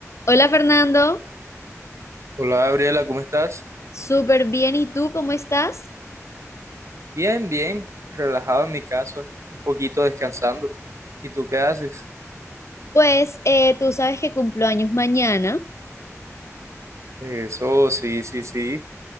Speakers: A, on the left; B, on the right.
A: Hola Fernando,
B: Hola Gabriela, ¿cómo estás?
A: súper bien. ¿Y tú cómo estás?
B: Bien, bien, relajado en mi casa, un poquito descansando. ¿Y tú qué haces?
A: Pues eh, tú sabes que cumplo años mañana.
B: Eso, sí, sí, sí.